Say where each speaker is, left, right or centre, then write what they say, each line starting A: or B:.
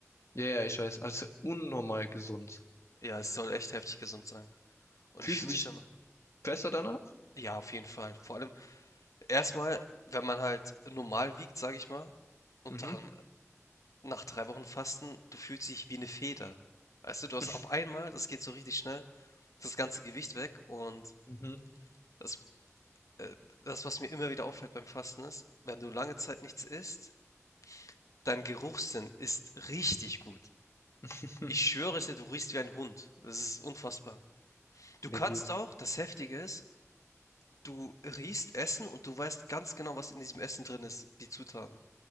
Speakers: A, on the left (about 60°); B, on the left (about 85°).
A: Ja, ja, ich weiß. Also unnormal gesund.
B: Ja, es soll echt heftig gesund sein. Und
A: Fühlst
B: ich fühle
A: du dich
B: mich dann
A: besser danach?
B: ja, auf jeden Fall. Vor allem erstmal, wenn man halt normal wiegt, sage ich mal, und
A: Mhm.
B: dann nach 3 Wochen Fasten, du fühlst dich wie eine Feder. Weißt du, du hast
A: <laughs>
B: auf einmal das geht so richtig schnell, das ganze Gewicht weg und
A: Mhm.
B: das äh, das, was mir immer wieder auffällt beim Fasten ist, wenn du lange Zeit nichts isst, dein Geruchssinn ist richtig gut.
A: <laughs>
B: Ich schwöre es dir, du riechst wie ein Hund. Das ist unfassbar. Du
A: Ja
B: kannst
A: gut.
B: auch das Heftige ist, du riechst Essen und du weißt ganz genau, was in diesem Essen drin ist, die Zutaten